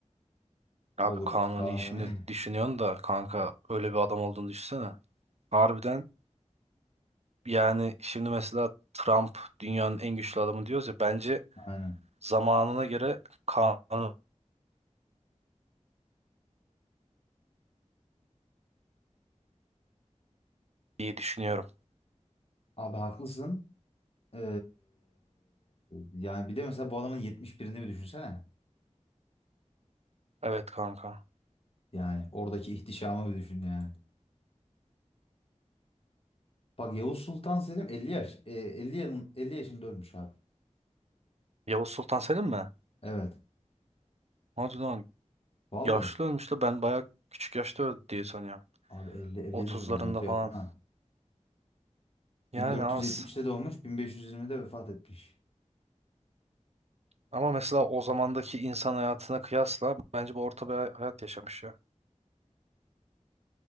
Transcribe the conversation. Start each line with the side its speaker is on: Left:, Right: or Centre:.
Right: Abi
Left: Olur
Right: Kanuni
Left: kanuni.
Right: işini
Left: <laughs>
Right: düşünüyorsun da kanka öyle bir adam olduğunu düşünsene. Harbiden yani şimdi mesela Trump dünyanın en güçlü adamı diyoruz ya bence
Left: Aynen.
Right: zamanına göre Kanuni diye düşünüyorum.
Left: Abi haklısın. Ee, yani bir de mesela bu adamın 71'ini bir düşünsene.
Right: Evet kanka.
Left: Yani oradaki ihtişamı bir düşün yani. Bak Yavuz Sultan Selim 50 yaş. Ee, 50, yılın- 50 yaşında ölmüş abi.
Right: Yavuz Sultan Selim mi?
Left: Evet.
Right: Hadi lan
Left: Vallahi.
Right: yaşlı ölmüş de ben bayağı küçük yaşta öldü diye sanıyorum.
Left: Abi 50, 50
Right: 30'larında
Left: de çok az batıyor
Right: falan.
Left: yapma. ha.
Right: Yani
Left: 1470'te
Right: az.
Left: doğmuş, 1520'de vefat etmiş.
Right: Ama mesela o zamandaki insan hayatına kıyasla bence bu orta bir hayat yaşamış ya.